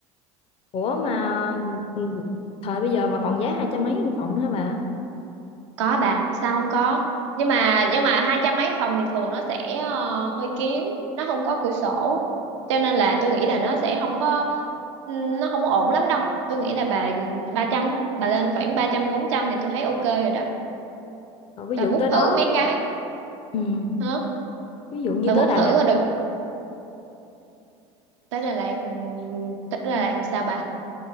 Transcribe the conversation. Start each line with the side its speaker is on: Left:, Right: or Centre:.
Left: ủa mà ừ, thời bây giờ mà còn giá hai trăm mấy một phòng nữa hả bà
Right: có bà sao không có nhưng mà nhưng mà hai trăm mấy phòng thì thường nó sẽ ờ, hơi kín nó không có cửa sổ cho nên là tôi nghĩ là nó sẽ không có ừm, nó không ổn lắm đâu tôi nghĩ là bà ba trăm bà lên khoảng ba trăm bốn trăm thì tôi thấy ok rồi đó
Left: Rồi ví
Right: bà
Left: dụ
Right: book
Left: tới
Right: thử
Left: đó
Right: mấy cái
Left: ừ,
Right: hả
Left: ví dụ như
Right: bà
Left: tới
Right: book
Left: Đà
Right: thử rồi được tới Đà Lạt ừm, tới Đà Lạt làm sao bà